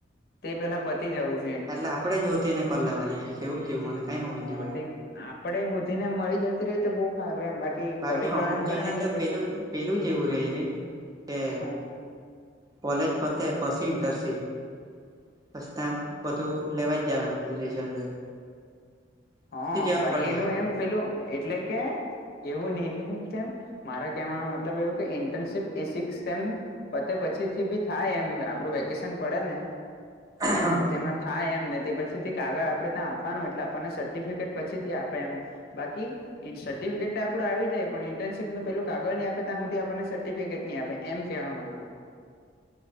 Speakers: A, on the left; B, on the right.
A: તે પેલા પતી જવું છે.
B: એટલે આપણેે જતી એને કરી લવાની કેવું કેયું મને કઈ સમજ
A: હ
B: નહી પડી.
A: તે આપડે સુધી ને મળી જતી રહી તો બહું સારું એમ બાકી.
B: બાકી
A: કોલેજ વાળાને
B: અમુક જણા
A: ભરાય નહી
B: તો
A: બે
B: પેલું પેલું જ એવું રહી રહી કે
A: હમ
B: કોલેજ પતે પછી ઇન્ટર્નશિપ- બસ ત્યાં બધું લેવા જવાનું રિઝલ્ટ- પૂછી
A: હ
B: જવા
A: પણ
B: પડે
A: એનું એમ પેલું એટલે કે એવું નહું રેવુ કેમ મારા કેવા મતલબ એવું કે ઇન્ટર્નશીપ એ સિકસ એમ પતે પછી થી બી થાય એમ આપડું વેકેશન પડે ને-
B: હા
A: તો તેમાં
B: <inaudible>
A: થાય એમ ને તે પછીથી કાગળ આપણે ત્યાં આપવાનું એટલે આપણને સર્ટિફિકેટ પછી થી આપે એમ બાકી સર્ટિફિકેટ તો આપડું આવી જાય પણ ઇન્ટેશિપ નું પેલું કાગળ નહી આપે તો આમ આપણને સર્ટિફિકેટ નઈ આપે એમ કેવા માંગુ